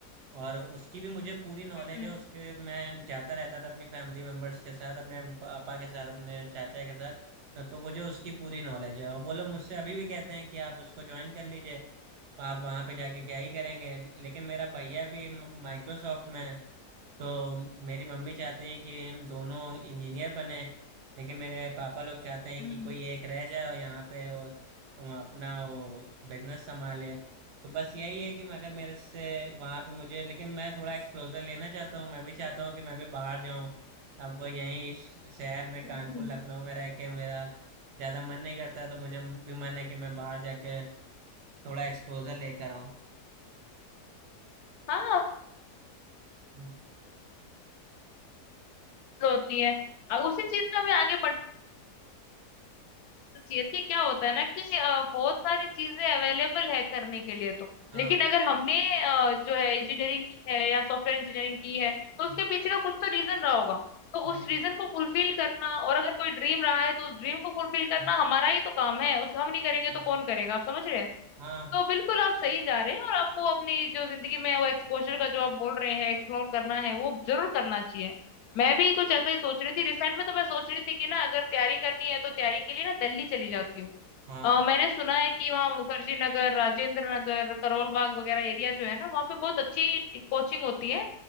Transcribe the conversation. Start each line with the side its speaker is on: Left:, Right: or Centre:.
Right: और उसकी भी मुझे पूरी नॉलेज
Left: हम्म
Right: है उसके मैं जाता रहता था अपनी फैमिली मेंबर्स के साथ अपने पापा के साथ अपने चाचा के साथ तो मुझे उसकी पूरी नॉलेज है और वो लोग मुझसे अभी भी कहते हैं कि आप उसको ज्वाइन कर लीजिए आप वहाँ पे जाके क्या ही करेंगे लेकिन मेरा भैया भी माइक्रोसॉफ्ट में है तो मेरी मम्मी चाहती है कि हम दोनों इंजीनियर बने लेकिन मेरे पापा लोग चाहते हैं
Left: हम्म
Right: कि
Left: हम्म।
Right: कोई एक रह जाए और यहाँ पे वो, वो अपना वो बिजनेस संभाले तो बस यही है कि मगर मेरे से वहाँ पे मुझे लेकिन मैं थोड़ा एक्सपोजर लेना चाहता हूँ मैं भी चाहता हूँ कि मैं भी बाहर जाऊँ अब यहीं श- शहर में
Left: हम्म,
Right: कानपुर लखनऊ में रह के मेरा ज़्यादा मन नहीं करता है, तो मुझे भी मन है कि मैं बाहर जाके थोड़ा एक्सपोजर लेकर आऊँ
Left: हाँ हाँ,
Right: हम्म,
Left: होती है अ, उसी चीज में हमें आगे बढ़ देखिए क्या होता है ना कि अ, बहुत सारी चीजें अवेलेबल है करने के लिए तो
Right: हाँ
Left: लेकिन अगर हमने अ, जो है इंजीनियरिंग की है या सॉफ्टवेयर इंजीनियरिंग की है तो उसके
Right: हम्म
Left: पीछे का कुछ तो रीजन रहा होगा तो
Right: हम्म,
Left: उस रीजन को फुलफिल करना और अगर कोई ड्रीम रहा है तो उस ड्रीम को फुलफिल करना
Right: हम्म,
Left: हमारा ही तो काम है उस हम नहीं करेंगे
Right: हाँ
Left: तो कौन करेगा आप समझ रहे हैं
Right: हाँ
Left: तो बिल्कुल आप सही जा रहे हैं और आपको अपनी जो जिंदगी में वो एक्सपोजर का जो आप बोल रहे हैं एक्सप्लोर करना है वो जरूर करना चाहिए मैं भी कुछ ऐसा ही सोच रही थी रिसेंट में तो मैं सोच रही थी कि ना अगर तैयारी करनी है तो तैयारी के लिए ना दिल्ली चली जाती हूँ
Right: हाँ
Left: अ, मैंने सुना है कि वहाँ मुखर्जी नगर राजेंद्र नगर करोल बाग वगैरह एरिया जो है ना वहाँ पे बहुत अच्छी कोचिंग होती है